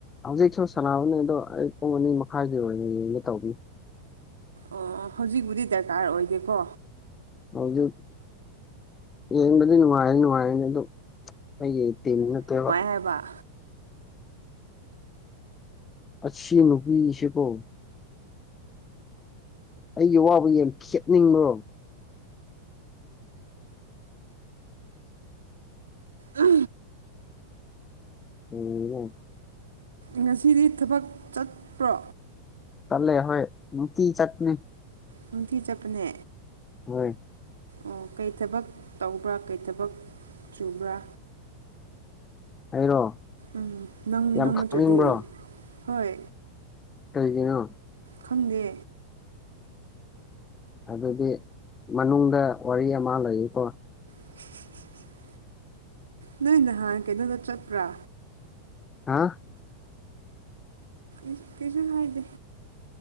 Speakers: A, on the left; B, on the right.
A: ꯍꯧꯖꯤꯛꯁꯨ ꯁꯥꯟꯅꯕꯅꯦ ꯑꯗꯣ ꯑꯩ ꯄꯨꯡ ꯑꯅꯤ ꯃꯈꯥꯏꯗꯩꯩ ꯑꯣꯏꯅ ꯌꯦꯡꯒꯦ ꯇꯧꯕꯅꯤ
B: ꯑꯣ ꯍꯧꯖꯤꯛꯕꯨꯗꯤ ꯗꯔꯀꯥꯔ ꯑꯣꯏꯗꯦꯀꯣ
A: ꯍꯧꯖꯤꯛ ꯌꯦꯡꯕꯗꯤ ꯅꯨꯡꯉꯥꯏꯔ ꯅꯨꯡꯉꯥꯏꯔꯅꯤ ꯑꯗꯨ ꯑꯩꯌꯦ ꯇꯤꯝ ꯅꯠꯇꯕ
B: ꯇꯦꯕ
A: ꯑꯁꯤ ꯅꯨꯄꯤꯁꯦ ꯀꯣ ꯑꯩꯒꯤ ꯋꯥꯕ ꯌꯦ ꯈꯦꯠꯅꯤꯡꯕꯣ
B: ꯎ
A: ꯎꯝ
B: ꯉꯁꯤꯗꯤ ꯊꯕꯛ ꯆꯠꯄ꯭ꯔꯣ
A: ꯇꯜꯂꯦ ꯍꯣꯏ ꯅꯨꯅꯨꯡꯇꯤ ꯆꯠꯄꯅꯤ
B: ꯅꯨꯡꯊꯤ ꯆꯠꯄꯅꯦ
A: ꯍꯣꯏ
B: ꯑꯣ ꯀꯩ ꯊꯕꯛ ꯇꯧꯕ꯭ꯔꯥ ꯀꯩ ꯊꯕꯛ ꯆꯨꯕ꯭ꯔꯥ
A: ꯑꯩꯔꯣ
B: ꯎꯝ ꯅꯪ
A: ꯌꯥꯝ
B: ꯅꯪ
A: ꯈꯪꯅꯤꯡꯕ꯭ꯔꯣ
B: ꯅꯠꯇ꯭ꯔꯗꯤ ꯍꯣꯏ
A: ꯀꯩꯒꯤꯅꯣ
B: ꯈꯪꯗꯦ
A: ꯑꯗꯨꯗꯤ ꯃꯅꯨꯡꯗ ꯋꯥꯔꯤ ꯑꯃ ꯂꯩꯌꯦꯀꯣ
B: <inaudible> ꯅꯣꯏ ꯅꯍꯥꯟ ꯀꯩꯅꯣꯗ ꯆꯠꯄ꯭ꯔꯥ
A: ꯍꯥ
B: ꯏꯁ ꯀꯩꯁꯨ ꯍꯥꯏꯗꯦ